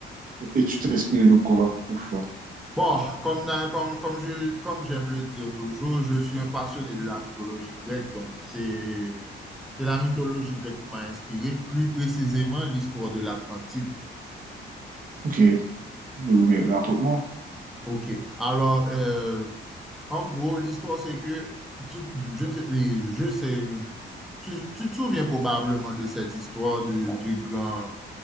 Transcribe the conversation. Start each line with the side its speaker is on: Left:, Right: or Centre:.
Right: Et tu t'es inspiré de quoi pour ça?
Centre: Bon, comme, na- comme, comme je, comme j'aime le dire toujours, je suis un passionné de la mythologie grecque, donc c'est, c'est la mythologie grecque qui m'a inspiré, plus précisément l'histoire de l'Atlantide.
Right: Ok. Oui, oui, oui, raconte-moi.
Centre: OK. Alors, euh, en gros, l'histoire, c'est que, tu, je ne sais, et je sais, tu, tu te souviens probablement de cette histoire de- du grand,